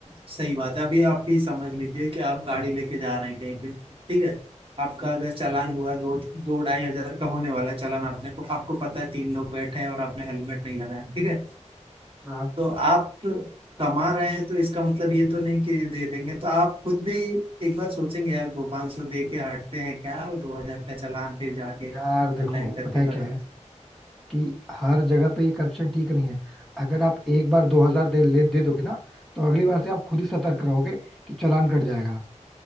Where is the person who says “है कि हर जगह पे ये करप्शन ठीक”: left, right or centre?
Centre